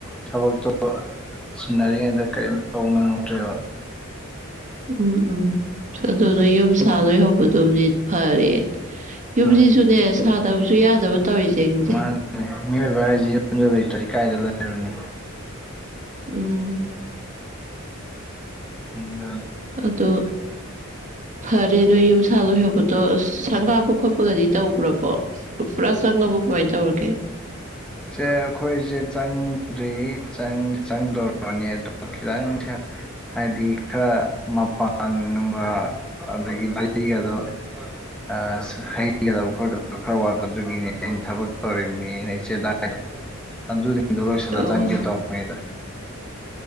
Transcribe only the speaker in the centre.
ꯊꯕꯛꯇꯣ ꯆꯤꯟꯅꯔꯤꯉꯩꯗ ꯀꯔꯤꯝ ꯇꯧ ꯅꯪꯍꯧꯗ꯭ꯔꯦꯕ
ꯎꯝ
ꯃꯥꯅꯤꯅꯦ ꯃꯤꯑꯣꯏꯕ ꯍꯥꯏꯁꯦ ꯌꯨꯝꯁꯨ ꯂꯩꯇ꯭ꯔꯗꯤ ꯀꯥꯏꯗ ꯂꯩ ꯔꯨꯅꯤ
ꯎꯝ
ꯆꯦ ꯑꯈꯣꯏꯁꯦ ꯆꯪꯗ꯭ꯔꯤ ꯆꯪꯗꯤ ꯆꯪꯗꯣꯔꯕꯅꯦ ꯑꯗꯣ ꯈꯤꯇꯪ ꯊꯦ ꯍꯥꯏꯗꯤ ꯈꯔ ꯃꯄꯥꯟ ꯅꯨꯡ ꯑ ꯑꯗꯒꯤ ꯗꯂꯤꯒꯗꯣ ꯑ ꯍꯩꯒꯗꯕ ꯈꯣꯠꯀꯗꯕ ꯈꯔ ꯋꯥꯠꯄ ꯗꯨꯒꯤꯅꯦ ꯑꯩꯅ ꯊꯕꯛ ꯇꯧꯔꯤꯝꯅꯦꯅ ꯏꯆꯦ ꯗꯥ <unintelligible> ꯑꯗꯨ ꯁꯤꯡꯗꯣ ꯂꯣꯏꯁꯤꯜꯂ
ꯆꯪꯒꯦ ꯇꯧꯅꯤꯗ